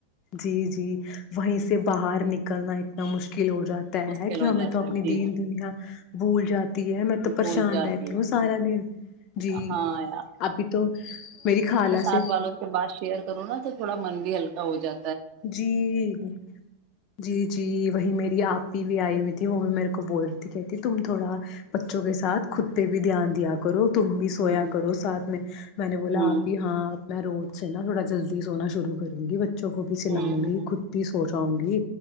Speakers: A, on the left; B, on the right.
A: جی جی وہیں سے باہر نکل نلنا اتنا مشکل مشکل ہو جاتا
B: مشکل
A: ہے کہ
B: ہو
A: ہمیں
B: جاتا
A: تو اپنی
B: ہے جی
A: دین دنیا بھول جاتی ہے میں تو
B: بھول
A: پریشان
B: جاتی
A: رہتی
B: ہے
A: ہوں سارا دن جی
B: ہاں
A: ابھی تو میری خالہ سے
B: ات والوں سے بات شیئر کروں نا تو تھوڑا من بھی ہلکا ہو جا
A: جی جی جی وہی میری آپ بھی آئی ہوئی تھی وہ بھی میرے کو بول رہی تھی کہتی تم تھوڑا بچوں کے ساتھ خود پہ بھی دھیان دیا کرو تم بھی سویا
B: ہوں
A: کرو ساتھ میں میں نے بولا
B: ہوں
A: آپ ہی ہاں میں رو چا تھوڑا جلدی سو شرو کروں گی بچوں کو چلاؤں
B: ہوں
A: گی
B: ہوں،
A: خود بھی سوچ وں گی